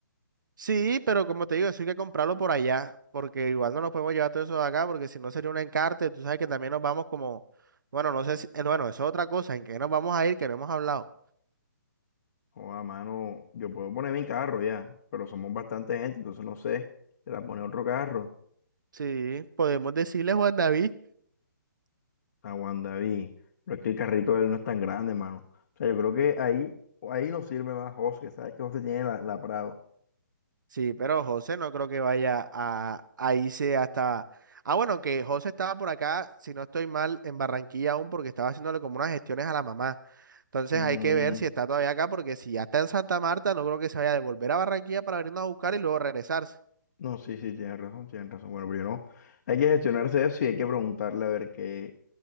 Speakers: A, on the right; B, on the left.
A: Sí, pero como te digo, eso hay que comprarlo por allá, porque igual no nos podemos llevar todo eso de acá, porque si no sería un encarte, tú sabes que también nos vamos como, bueno, no sé si, eh, bueno, eso es otra cosa, en qué nos vamos a ir, que no hemos hablado.
B: O a mano, yo puedo poner mi carro ya, pero somos bastante gente, entonces no sé. Se la pone otro carro.
A: Sí, podemos decirle Juan David,
B: Aguanta, David. Pero es que el carrito de él no es tan grande, mano. O sea, yo creo que ahí, ahí nos sirve más José, que sabes que José tiene la, la Prado.
A: sí, pero José no creo que vaya a, a irse hasta, ah, bueno, que José estaba por acá, si no estoy mal, en Barranquilla aún, porque estaba haciéndole como unas gestiones a la mamá, entonces
B: Mm,
A: hay que ver si está todavía acá, porque si ya está en Santa Marta, no creo que se vaya a devolver a Barranquilla para venirnos a buscar y luego regresarse.
B: no, sí, sí, tienes razón, tienes razón. Bueno, pero yo no. Hay que gestionarse eso y hay que preguntarle a ver qué,